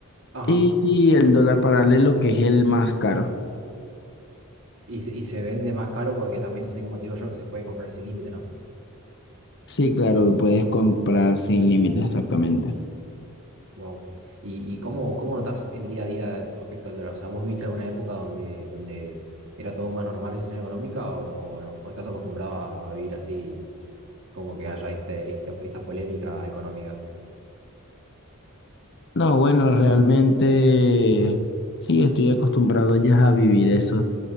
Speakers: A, on the right; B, on the left.
A: ajá.
B: Y, y el dólar paralelo, que es el más caro.
A: Y, se- y se vende más caro porque también es así como te digo yo que se puede comprar sin límite, ¿no?
B: Sí, claro, puedes comprar sin límites, exactamente.
A: Wow. ¿Y, y cómo, cómo notás el día a día respecto al dólar? O sea, ¿vos viste alguna época donde, donde era todo más normal la situación económica o, o no? ¿O estás acostumbrado a, a vivir así, como que haya este, este- esta polémica económica?
B: No, bueno, realmente sí, estoy acostumbrado ya a vivir eso.